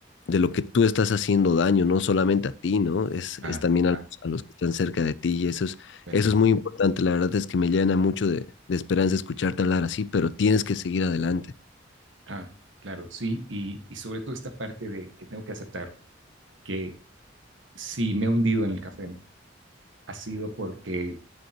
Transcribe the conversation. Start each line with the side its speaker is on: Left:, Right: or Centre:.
Left: de lo que tú estás haciendo daño, no solamente a ti, ¿no? Es,
Right: claro,
Left: es también a
Right: claro,
Left: los, a los que están cerca de ti y eso es,
Right: totalmente.
Left: eso es muy importante. La verdad es que me llena mucho de, de esperanza escucharte hablar así, pero tienes que seguir adelante.
Right: Claro, claro, sí, y, y sobre todo esta parte de que tengo que aceptar que si me he hundido en el café ha sido porque